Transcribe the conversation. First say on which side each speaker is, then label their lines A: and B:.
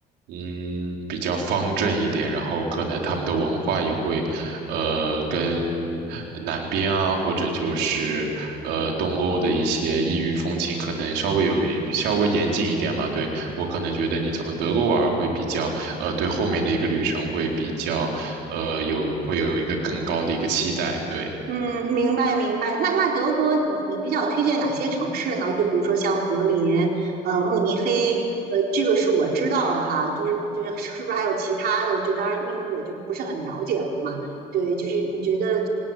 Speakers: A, on the right; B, on the right.
A: 嗯，比较方正一点，然后可能他们的文化也会，呃，跟南边啊，或者就是呃东欧的一些异域风情，可能稍微有一稍微严谨一点吧。对，我可能觉得你从德国玩儿会比较，呃，对后面的一个旅程会比较，呃，有会有一个更高的一个期待。对。
B: 嗯，明白明白。那那德国你比较推荐哪些城市呢？就比如说像柏林、呃慕尼黑，呃这个是我知道的哈。就是就是是不是还有其他的？就当然因为我就不是很了解了嘛。对，就是你觉得呃